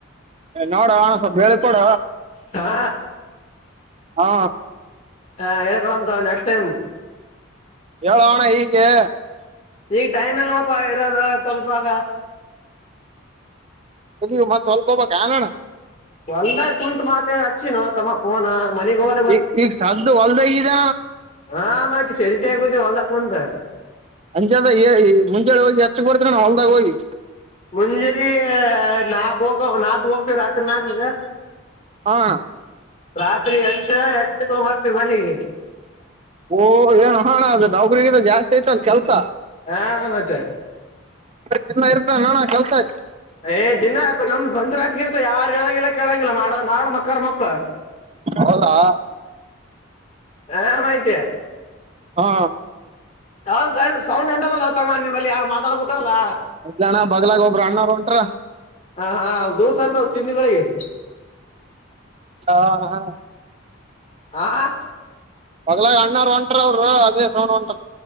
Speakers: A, on the right; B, on the left.
A: ನೋಡ ಹಣಸವ ಹೇಳತೊಡ
B: ಹಾ
A: ಹಾ
B: ಹಂ ಹೇಳಳ್ಕಡಮ್ ಸ ನೆಕ್ಸ್ ಟೈಮ್
A: ಹೇಳೋಣ ಈಗೆ
B: ಈಗ ಮ ಇಲ್ಲ ಪ ಇರದ ತೊಲ್ಪಾಗ
A: ಎಲ್ಲಿ ಮತ್ತತ್ ಸ್ಲ್ಪೋಬೇಕಾಗಾಣೋಣ
B: ಒಲ್ಲ ಕುಂಂತು ಮಾತ ಅಚ್ಚಿನ ತಮ್ಮಫೋನ ಮನಿಗ ಹ
A: ಈ ಈಗ ಸದ್ದು ಹೊಲ್ದ್ದಾನ
B: ಹಾ ಮತ್ ಸರಿ ಜಗ ಹೊಲ್ಲದಫನ್ಂತ
A: ಅಂಜದ ಮುಂಜೆ ಹೋಗಿ ಎಷ್ಟಕ್ ಬರ್ತ್ರಿ ನಾವು ಹೊಲ್ದಾಗ ಹೋಗಿ
B: ಮುಂಜಾನೆ ನಾಲ್ಕು ಹೋಗ ನಾಲ್ಕು ಹೋಗ್ತವಿ ರಾತ್ರಿ ನಾಲ್ಕಗೆ
A: ಹಾ
B: ರಾತ್ರಿ ಅಂಷ ಎಂಟಗ ಬರ್ತೀವಿ ಮನನೆಗೆ
A: ಓಹ ಏನು ಹಣ ಅದ ನೌಕರಿಗಿಂದ ಜಾಸ್ತಿ ಐತಲ್ ಕೆಲ್ಸ
B: ಹಾ ಮಜಾ
A: ಚನ್ನ ಇರ್ತ ನೋಣ ಕಲ್ಸಾಗಿ
B: ಏ್ ದಿನಾ ನಮ್ ಸ್ವಂತ ರಾಜಕೀಯಂತ ಯಾರು ಹೇಳೋಂಗಿಲ್ಲ ಕೇಳಂಗಿಲ್ಲ ಮಾಡ ಮಾಡ ಮಕ್ಕ ಮಕ್ಕ
A: ಹೌದಾ
B: ಹಾ ಮಾಹಿತಾ
A: ಹಾ
B: ಯ ಸೌಂಡ್ ಉಂಟದಲ್ಲತ್ತಮ್ಮ ನಿಮ್ಮಲ್ಲಿ ಯಾರ್ು ಮಾತಾಡ್ ಕೂತಾರಲ್ಲಾ
A: ಇಲ್ಲಣ್ಣ ಬಲಾಗ ಒಬ್ಬ್ರ ಅಣ್ಣ್ ಉಂಟ್ರ
B: ಹಾ ಹಾ ದೂರ್ ಸಾರ್ಸ ಚಿನ್ನಿಗಳಿಗೆ
A: ಹ ಹ
B: ಹಾ
A: ಪಗ್ಲಾಗ ಅಣ್ಣಾರ ಒಂಟರ ಅವರು ಅದೇ ಸೌೊಂಡ್ ಒಂಟರು